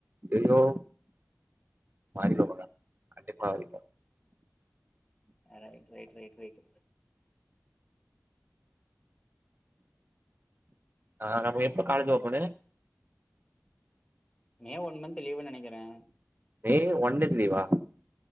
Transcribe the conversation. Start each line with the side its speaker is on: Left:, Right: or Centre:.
Right: ஐயோ மாறிக்க போறாங்க கண்டிப்பா அரைக்கும்
Left: ஆ ரைட் ரைட் ரைட் ரைட்
Right: ஆ எப்ப college open
Left: May one month லீவுன்னு நெனைக்குறே
Right: மே ஒன்னு லீவா